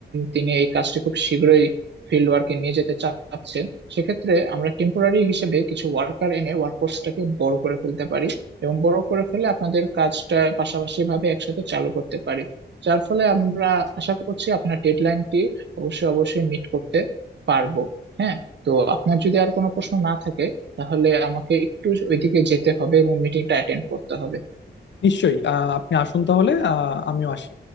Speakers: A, on the right (about 75°); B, on the left (about 80°).
A: তিনি এই কাজটি খুব শীঘ্রই ফিল্ড ওয়ার্কে নিয়ে যেতে চাচ্ছে সেক্ষেত্রে আমরা টেম্পোরারি হিসেবে কিছু ওয়ার্কার এনে ওয়ার্কফোর্সটাকে বড় করে ফেলতে পারি এবং বড় করে ফেলে আপনাদের কাজটা পাশাপাশি ভাবে একসাথে চালু করতে পারি যার ফলে আমরা আশা করছি আপনার ডেডলাইনটি অবশ্যই অবশ্যই মিট করতে পারবো হ্যাঁ তো আপনার যদি আর কোনো প্রশ্ন না থাকে তাহলে আমাকে একটু ওইদিকে যেতে হবে এবং মিটিংটা অ্যাটেন্ড করতে হবে
B: নিশ্চয়ই আহ, আপনি আসুন তাহলে আহ, আমিও আসি